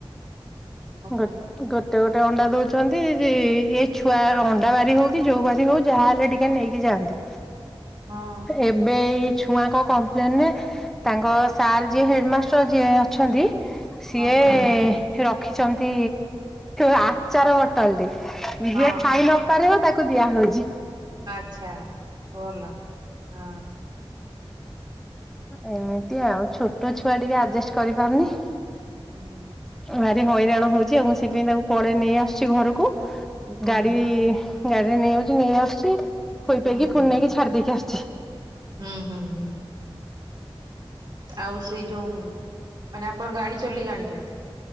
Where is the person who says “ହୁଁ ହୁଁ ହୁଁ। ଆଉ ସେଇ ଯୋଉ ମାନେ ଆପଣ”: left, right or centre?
Right